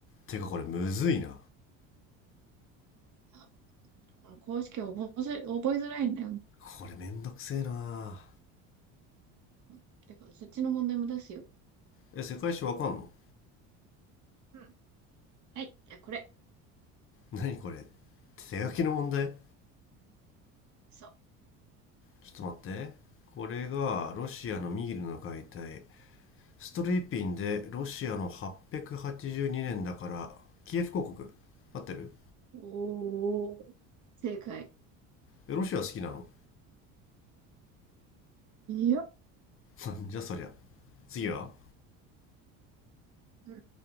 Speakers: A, on the left; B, on the right.
A: てかこれむずいな
B: あこの公式覚えづ、覚えづらいんだよね。
A: これめんどくせえな
B: うんてか、そっちの問題も出すよ。
A: え世界史わかんの
B: うん。はい、じゃあこれ。
A: 何これ手書きの問題
B: そ
A: ちょっと待ってこれがロシアのミールの解体ストリーピンでロシアの882年だからキエフ公国合ってる
B: う。おー、正解。
A: えロシア好きなの
B: よ
A: なん <laughs> じゃそりゃ次は
B: う